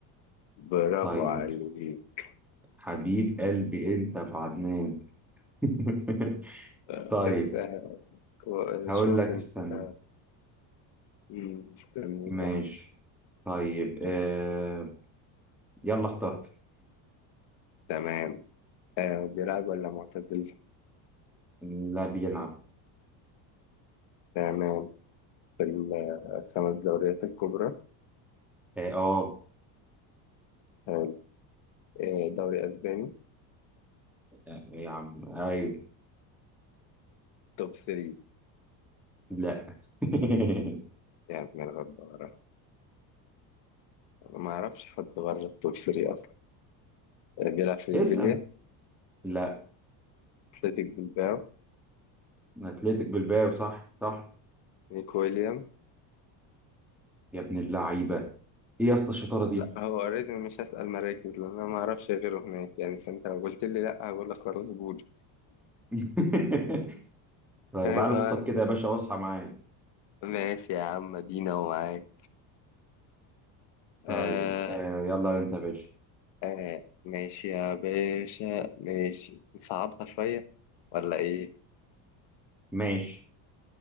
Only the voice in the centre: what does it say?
طيب
حبيب قلبي انت يا ابو عدنان <laughs>
طيب
هقول
لك
استنى
ماشي
طيب آه يلا اخترت
<clears throat> لا بيلعب
اه آه.
آه، يا عم ايوه
لا <laughs>
اسأل
لا
اتلتيك بالباو صح صح
يا ابن اللعيبة ايه يا اسطى الشطارة دي
<laughs> طيب
على صوتك كده يا باشا واصحى معايا
طيب آه يلا انت يا باشا
ماشي